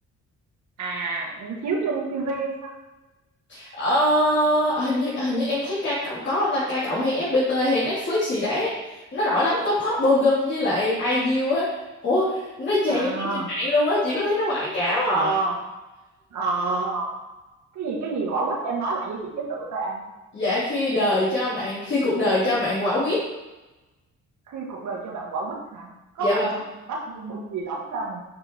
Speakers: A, on the right (about 70°); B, on the left (about 40°).
A: À, chiếu trên ti vi hay sao?
B: Ờ, hình như hình như em thấy K cộng có không ta? K cộng hay FPT hay Netflix gì đấy. Nó nổi lắm có Park Bo Gum với lại IU á. Ủa, nó tràn
A: À,
B: lan trên mạng luôn á, chị có thấy nó quảng cáo
A: ờ,
B: à?
A: ờ. Cái gì cái gì quả quýt em nói lại cho chị cái tựa coi An.
B: Dạ khi đời cho bạn khi cuộc đời cho bạn quả quýt.
A: Khi cuộc đời cho bạn quả quýt hả? Có
B: Dạ
A: bạn
B: vâng.
A: bắt bắt bu bu gì đóng phải không?